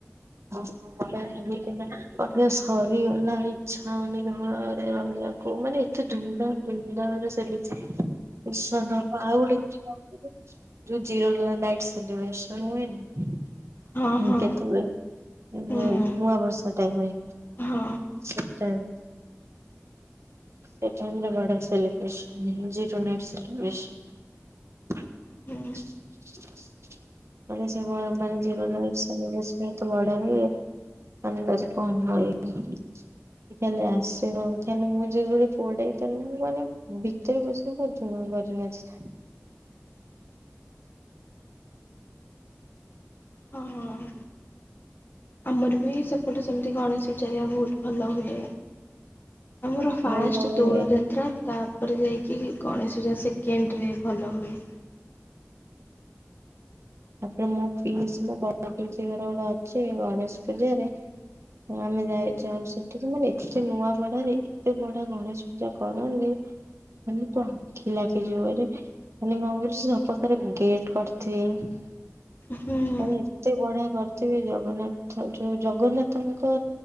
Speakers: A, on the right (about 65°); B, on the left (about 45°).
A: ହଁ। ବଢିଆ ଲାଗିଥିଲା ନା ବୋଧେ ସରିଗଲା ଇଚ୍ଛା ହଉନି ଘରେ ରହିବାକୁ ମାନେ ଏତେ ଧୁମଧାମ ଧୁମଧାମ ରେ ସେଲିବ୍ରେସନ ହବ। ଆଉ ଗୋଟେ ହଉଚି କଣ <inaudible> ଯୋଉ ଜିରୋ ଲାନ ନାଇଟ୍ ସେଲିବ୍ରସନ ହୁଏନି।
B: ହଁ ହଁ
A: କେତଳେ?
B: ହୁଁ
A: ଏ ନୂଆ ବର୍ଷ ଟାଇମ୍ ରେ
B: ହଁ।
A: ସେ ଟାଇମ୍ ସେଇ ଟାଇମ୍ ରେ ବଡ଼ ସେଲିବ୍ରେସନ ହୁଏ, ଜିରୋ ନାଇଟ ସେଲିବ୍ରେସନ।
B: ହୁଁ
A: ମାନେ ସେ କଣ ମାନେ ଜିରୋ ନାଇଟ୍ସ। ସେଲିବ୍ରେସନ ତ ବଢିଆ ହୁଏ। <unintelligible> ଖାଲି ଆସିବ ଖାଲି ମୁଁ ଯଦି ଗୋଟେ ପୁଅଟେ ହେଇଥାନ୍ତି, ମୁଁ ମାନେ ବି ଯେତେ ବି <unintelligible> ପୁରା ଧୂଆଁ କରି ନାଚିଥାନ୍ତି।
B: ହଁ, ହଁ। ଆମର ବି ସେପଟେ ସେମିତି ଗଣେଶ ପୂଜା ହେରିକା ବହୁତ ଭଲ ହୁଏ। ଆମର ଫାଷ୍ଟ
A: ମୋର ଯୋଉରେ
B: ଦୋଳ ଯାତ୍ରା ତାପରେ ଯାଇକି ଗଣେଶ ପୂଜା ସେକେଣ୍ଡରେ ଭଲ ହୁଏ।
A: ତାପରେ ମୋ ପିଇସି ମୋ ବଡ ପିଇସି ଘର ଗୋଟେ ଅଛି ଗଣେଶ ପୂଜା ରେ ଆମେ ଯାଇ ଯାଉ ସେଠି ମାନେ ଏତେ ନୂଆପଡାରେ ଏତେ ବଢିଆ ଗଣେଶ ପୂଜା କରନ୍ତି। ମାନ ତୋ ଆଖି ଲାଖିଯିବ ଆରେ ମାନେ ଗଙ୍ଗ ସବପକାର ଗେଟ୍ କରିଥିବେ।
B: ହୁଁ।
A: ମାନେ ଏତେ ବଢିଆ କରିଥିବି ଜଗନ୍ନାଥ ଯୋଉ ଜଗନ୍ନାଥଙ୍କ